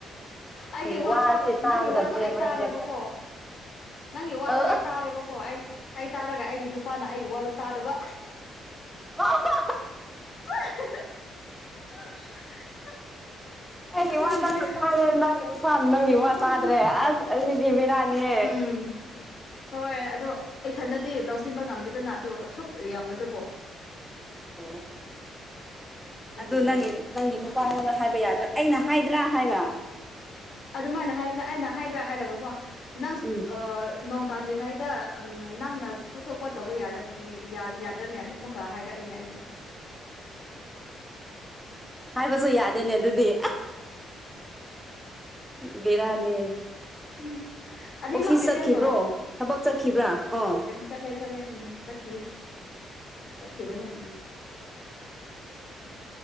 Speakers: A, on the left (about 50°); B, in the centre.
A: ꯑꯩꯒꯤ
B: ꯑꯩ
A: ꯋꯥ
B: ꯋꯥꯁꯦ
A: ꯇꯥꯕ
B: ꯇꯥꯒꯗꯕꯅꯦ
A: ꯅꯪꯒꯤ ꯋꯥꯗꯣ ꯑꯩ
B: ꯃꯔꯛ
A: ꯇꯥꯔꯦꯕꯀꯣ
B: ꯃꯔꯛꯇ
A: ꯅꯪꯒꯤ ꯋꯥꯗꯣ
B: ꯑ
A: ꯑꯩ ꯇꯥꯔꯦꯕꯀꯣ ꯑꯩ ꯑꯩ ꯇꯥꯔꯒ ꯑꯩꯒꯤ ꯅꯨꯄꯥꯅ ꯑꯩꯒꯤ ꯋꯥꯗꫭ ꯇꯥꯗꯕ
B: <unintelligible>
A: <unintelligible> <inaudible>
B: ꯑꯩꯒꯤ
A: ꯑꯗꯨꯒꯤꯅꯦ
B: ꯋꯥ ꯅꯪꯅ ꯇꯥꯏꯌꯦ ꯅꯪꯒꯤ ꯅꯨꯄꯥꯥ ꯅꯪꯒꯤ ꯋꯥ ꯇꯥꯗ꯭ꯔꯦ ꯑꯁ ꯑꯁꯤꯗꯤ ꯕꯤꯔꯥꯅꯤꯍꯦ
A: ꯎꯝ ꯍꯣꯏ ꯑꯗꯣ ꯑꯩꯊꯟꯗꯗꯤ ꯂꯧꯁꯤꯟꯕ ꯉꯝꯗꯦꯗꯅ ꯑꯗꯣ ꯁꯨꯛ ꯌꯥꯝꯕꯗꯨꯕꯣ
B: ꯑꯣ
A: ꯑꯗꯨꯒꯤꯅꯦ
B: ꯑꯗꯨ ꯅꯪꯒꯤ ꯅꯪꯒꯤ ꯅꯨꯄꯥꯉꯣꯟꯗ ꯍꯥꯏꯕ ꯌꯥꯗ꯭ꯔꯥ ꯑꯩꯅ ꯍꯥꯏꯗ꯭ꯔꯥ ꯍꯥꯏꯅ
A: ꯑꯗꯨꯃꯥꯏꯅ ꯍꯥꯏꯕꯅꯦ ꯑꯩꯅ ꯍꯥꯏꯗ꯭ꯔꯥ ꯍꯥꯏꯔꯒꯀꯣ ꯅꯪ
B: ꯎꯝ
A: ꯑ ꯅꯣꯡ ꯇꯥꯗ꯭ꯔꯤꯉꯩꯗ ꯅꯪꯅ ꯊꯣꯛ ꯊꯣꯛꯄ ꯇꯧꯕ ꯌꯥꯒ ꯌꯥꯗ꯭ꯔꯅꯦ ꯀ ꯍꯥꯏꯔꯛꯑꯦꯅꯦ ꯑꯩꯕꯨ
B: ꯍꯥꯏꯕꯁꯨ ꯌꯥꯗꯦꯅꯦ ꯑꯗꯨꯗꯤ ꯕꯤꯔꯅꯤꯍꯦ
A: ꯎꯝ ꯑꯅꯤꯃꯛ
B: ꯑꯣꯐꯤꯁ
A: ꯑꯦꯇꯦꯝ
B: ꯆꯠꯈꯤꯕ꯭ꯔꯣ ꯊꯕꯛ ꯆꯠꯈꯤꯕ꯭ꯔꯥ ꯑꯣ
A: ꯆꯂꯦ ꯆꯂꯦ ꯎꯝ ꯆꯠꯈꯤꯌꯦ ꯆꯠꯈꯤꯕꯅꯦ
B: <inaudible>